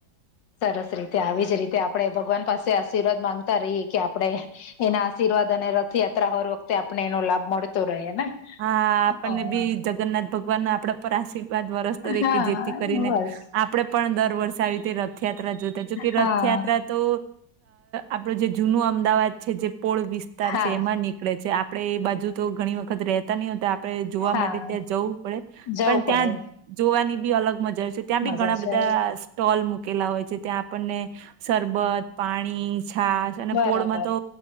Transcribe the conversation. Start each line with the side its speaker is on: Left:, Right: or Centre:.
Left: સરસ રીતે આવી જ રીતે આપડણે ભગવાન પાસે આશીર્વાદ માંગતા રહીએ કે આપણે એના આશીર્વાદ અને રથયાત્રા હોર વખતે આપને એનો લાભ મળતો રહે ને
Right: હા આપણને
Left: હા
Right: બી જગન્નાથ ભગવાન ના આપડા પર આશીર્વાદ વરસ તરીકે
Left: હા
Right: જેથી કરીને
Left: બસ
Right: આપડણે પણ દર વર્ષે આવી રીતે રથયાત્રા જોતા જો કે
Left: હા
Right: રથયાત્રા તો આપડું જે જુનું અમદાવાદ છે જે પોળ વિસ્તાર
Left: હા
Right: છે એમાં નીકળે છે. આપણે બાજુ તો ઘણી વખત રતા નહીતા આપણે જોવા
Left: હા
Right: માટે ત્યાં જવું પડે
Left: જવું
Right: પણ
Left: પડે
Right: ત્યા જોવાની બી અલગ મજા હોય છે ત્યાં
Left: મજા
Right: બી ઘણા
Left: છે
Right: બધા સ્ટોલ મૂકેલા હોય છે, ત્યાં આપણને સરરબત પાણી છાાસ અને
Left: બરાબર
Right: પોળમાં તો